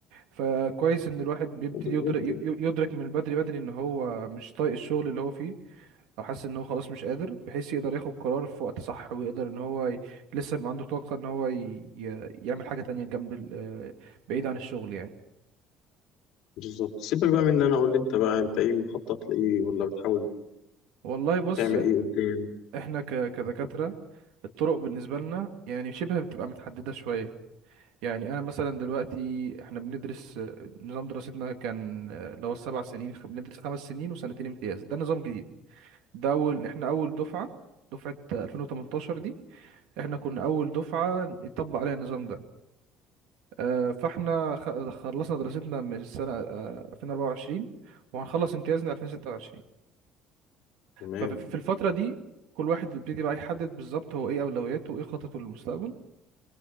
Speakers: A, on the right; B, on the left.
A: فكويس إن الواحد بيبتدي
B: بالظبط
A: يدرك ي- يدرك من بدري بدري إن هو مش طايق الشغل اللي هو فيه أو حاسس إن هو خلاص مش قادر بحيث يقدر ياخد قرار في وقت صح ويقدر إن هو ي... لسه يبقى عنده طاقة إن هو ي... ي- يعمل حاجة تانية جنب ال- آه، بعيد عن الشغل يعني
B: بالظبط سيبك بقى من ان انا اقول لي انت بقى انت ايه مخطط لايه ولا بتحاول
A: والله بص
B: تعمل ايه قدام
A: إحنا ك... كدكاترة الطرق بالنسبة لنا يعني شبه بتبقى متحددة شوية يعني انا مثلا دلوقتي احنا بندرس نظام دراستنا كان اللي هو السبع سنين خ- بندرس خمس سنين وسنتين امتياز ده نظام جديد ده اول احنا اول دفعه دفعه 2018 دي احنا كنا اول دفعه يطبق عليها النظام ده آه، فاحنا خ- خلصنا دراستنا من السنه آه، 2024 وهنخلص امتيازنا 2026
B: تمام
A: ففي الفتره دي كل واحد بيبتدي بقى يحدد بالظبط هو ايه اولوياته وايه خططه للمستقبل